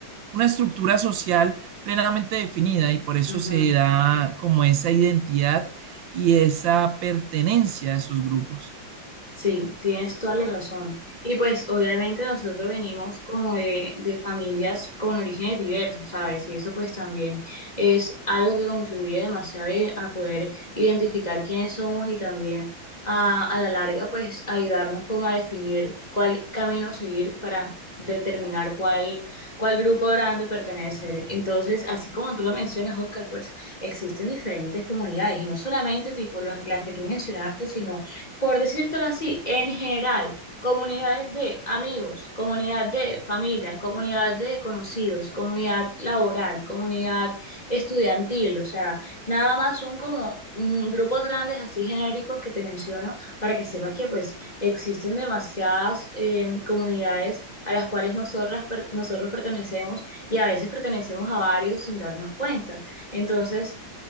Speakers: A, on the right; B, on the left.
A: una estructura social plenamente definida y por eso
B: ujú.
A: se da como esa identidad y esa pertenencia a esos grupos.
B: Sí, tienes toda la razón. Y pues obviamente nosotros venimos como de, de familias con orígenes diversos, ¿sabes? Y eso pues también es algo que contribuye demasiado eh, a poder identificar quiénes somos y también a, a la larga pues ayudarnos como a definir cuál camino seguir para determinar cuál, cuál grupo grande pertenecer. Entonces, así como tú lo mencionas, Oscar, pues existen diferentes comunidades y no solamente tipo las las que tú mencionaste, sino por decírtelo así, en general, comunidades de amigos, comunidad de familia, comunidad de conocidos, comunidad laboral, comunidad estudiantil, o sea, nada más son como un grupos grandes así genéricos que te menciono para que sepas que pues existen demasiadas eh, comunidades a las cuales nosotras, per- nosotros pertenecemos y a veces pertenecemos a varios sin darnos cuenta. Entonces,